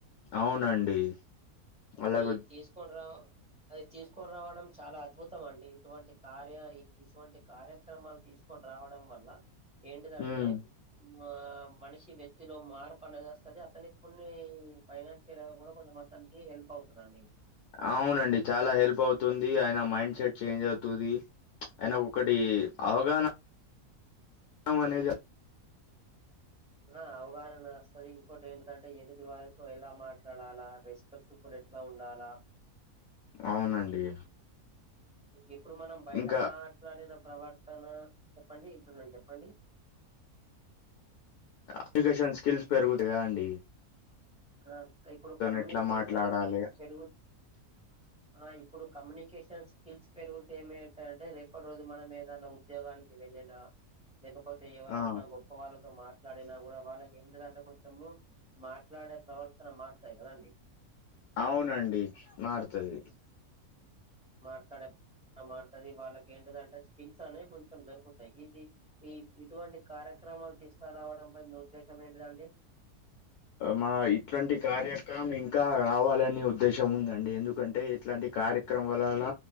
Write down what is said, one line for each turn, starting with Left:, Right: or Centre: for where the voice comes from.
Left: అవునండి. అలాగ
Centre: అది తీసుకుండ్రా అది తీసుకుని రావడం చాలా అద్భుతం అండి ఇటువంటి కార్య ఇటువంటి కార్యక్రమాలు తీసుకొని రావడం వల్ల ఏంటిదంటే
Left: హ్మ్.
Centre: ఆ మనిషి వ్యక్తిలో మార్పు అనేది వస్తది అతని కొన్ని ఫైనాన్షియల్ కూడా కొంచ తనికి హెల్ప్ అవుతుందండి
Left: అవునండి చాలా హెల్ప్ అవుతుంది ఆయన మైండ్ సెట్ చేంజ్ అవుతుంది ఆయనకు ఒకటి అవగాహన అనేది
Centre: ఆ అవగాహన వస్తది ఇంకోటి ఏంటంటే ఎదుటి వారితో ఎలా మాట్లాడాలా రెస్పెక్ట్ టుప్పులు ఎట్లా ఉండాలా
Left: అవునండి
Centre: ఇప్పుడు మనం బయట
Left: ఇంకా
Centre: మాట్లాడిన ప్రవర్తన చెప్పండి వింటున్నాను చెప్పండి
Left: కమ్యూనికేషన్ స్కిల్స్ పెరుగుతయ్ కదండి
Centre: ఆ ఇప్పుడు కమ్యూనికేషన్
Left: ఎట్లా మాట్లాడాలి
Centre: స్కిల్స్ పెరుగు
Left: <unintelligible>
Centre: ఆ ఇప్పుడు కమ్యూనికేషన్ స్కిల్స్ పెరుగుతే ఏమయితదంటే రేపటి రోజు మనం ఏదన్నా ఉద్యోగానికి వెళ్ళిన లేకపోతే ఎవరన్నా
Left: ఆ
Centre: గొప్ప వాళ్ళతో మాట్లాడినా కూడా వాళ్ళకి ఎంటిదంటే కొంచెము మాట్లాడే ప్రవర్తన మారతాయి కదండి
Left: అవునండి మారుతది
Centre: మాట్లాడే ఆ మాడుతుది వాళ్ళకేంటిదంటే స్కిల్స్ అనే కొంచెం దొరుకుతాయి ఈసీ ఈ ఇటువంటి కార్యక్రమాలు తీస్కరావడంపై మీ ఉద్దేశం ఏంటిదండి
Left: మా ఇట్లాంటి కార్యక్రమం ఇంకా రావాలనే ఉద్దేశం ఉందండి ఎందుకంటే ఇట్లాంటి కార్యక్రమం వలన